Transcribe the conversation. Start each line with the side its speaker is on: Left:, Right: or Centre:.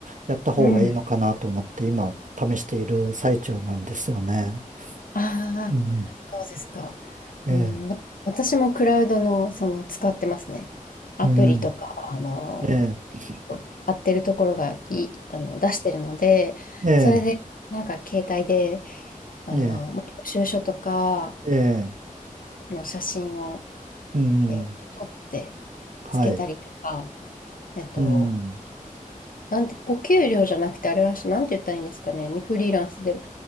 Right: やった方がいいのかなと思って、
Left: うん。
Right: 今試している最中なんですよね。
Left: ああ、
Right: うん。
Left: そうですか。
Right: ええ、
Left: うん、わ私もクラウドの、その、使ってますね。アプリとか、
Right: うん。
Left: あの、
Right: ええ、
Left: 買ってるところがいい、あの、出してるので、
Right: ええ、
Left: それで、なんか携帯で、あの、
Right: ええ、
Left: まあ領収書とか
Right: ええ、
Left: の写真を、
Right: うん。
Left: えー撮って、
Right: はい。
Left: つけたりとか、えっと、
Right: うん。
Left: なんて、お給料じゃなくて、あれは、なんて言ったらいいんですかね、にフリーランスで、